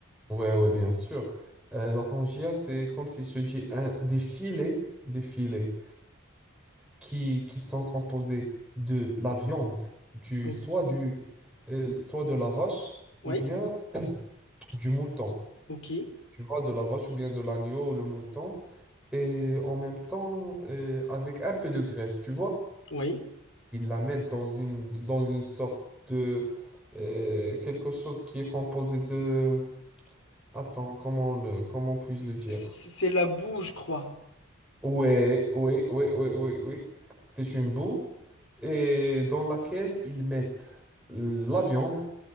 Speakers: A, in the centre; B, on the left.
A: Ouais, ouais, bien sûr. Euh, la tangia, c'est comme si je te dis un... des filets, des filets qui, qui sont composés de la viande, du,
B: Oh,
A: soit, du, euh, soit de la vache
B: Oui,
A: ou bien du mouton.
B: ok,
A: Tu vois, de la vache ou bien de l'agneau, ou le mouton. Et en même temps, euh, avec un peu de graisse, tu vois.
B: oui,
A: Ils la mettent dans une, dans une sorte de... euh, quelque chose qui est composé de... Attends, comment le, comment puis-je le dire?
B: C- c- C'est la boue, je crois.
A: Ouais, ouais, ouais, ouais, ouais, ouais. C'est une boue et dans laquelle ils mettent la viande